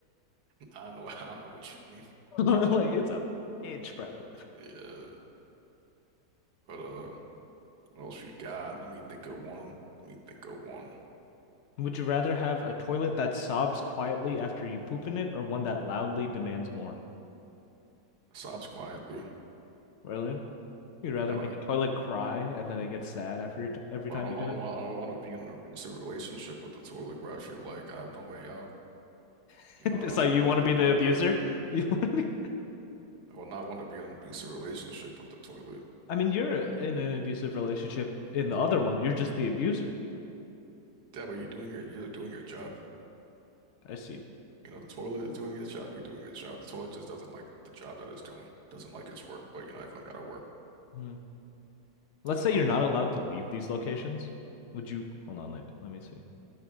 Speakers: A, on the right (about 80°); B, on the left (about 85°).
A: <laughs> I know <laughs> I know what you mean.
B: no, like it's a bitch, bro.
A: Yeah. But uh what else we got? Let me think of one. Let me think of one.
B: Would you rather have a toilet that sobs quietly after you poop in it or one that loudly demands more?
A: Sobs quietly.
B: Really? You'd rather
A: Not
B: make a toilet cry and then it gets sad after t every
A: Well,
B: time
A: I don't,
B: you do
A: I don't
B: it?
A: want, I don't want to be in an abusive relationship with the toilet where I feel like I have no way out.
B: <laughs>
A: You know, I
B: So
A: wouldn't,
B: you
A: I
B: want
A: wouldn't
B: to be the
A: want
B: abuser?
A: the,
B: <laughs> You want to be
A: I would not want to be in an abusive relationship with the toilet.
B: I mean, you're in an abusive relationship in the other one. You're just the abuser.
A: Yeah, but you're doing your, you're doing your job.
B: I see.
A: You know, the toilet is doing its job. You're doing its job. The toilet just doesn't like the job that it's doing. Doesn't like its work. But you know, everyone gotta work.
B: Hmm. Let's
A: You
B: say
A: know,
B: you're not allowed to leave these locations. Would you hold on, let, let me see.